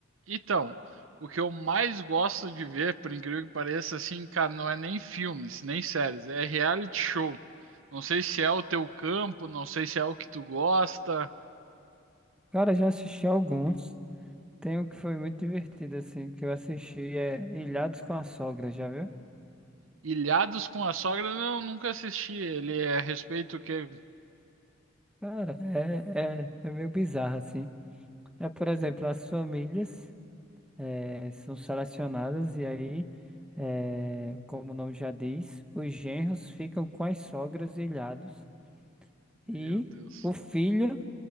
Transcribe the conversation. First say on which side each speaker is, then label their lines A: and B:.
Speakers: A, on the right; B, in the centre.
A: Então, o que eu mais gosto de ver, por incrível que pareça, assim, cara, não é nem filmes, nem séries, é reality show. Não sei se é o teu campo, não sei se é o que tu gosta.
B: Cara, já assisti alguns. Tem um que foi muito divertido, assim, que eu assisti é Ilhados com a Sogra, já viu?
A: Ilhados com a Sogra, não, nunca assisti. Ele é a respeito o quê?
B: Cara, é, é, é meio bizarro, assim. É, por exemplo, as famílias. eh, são selecionadas e aí, eh, como o nome já diz, os genros ficam com as sogras e ilhados
A: Meu
B: e
A: Deus.
B: o filho,